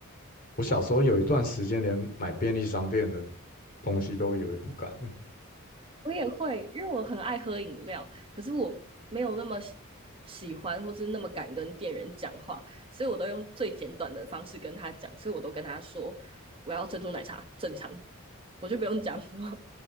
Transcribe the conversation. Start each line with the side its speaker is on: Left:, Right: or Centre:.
Left: 我小时候有一段时间连买便利商店的
Right: 我
Left: 东西都会有点不敢欸
Right: 我也会，因为我很爱喝饮料，可是我没有那么喜喜欢，或是那么敢跟店员讲话，所以我都用最简短的方式跟他讲，所以我都跟他说我要珍珠奶茶，正常，我就不用讲什么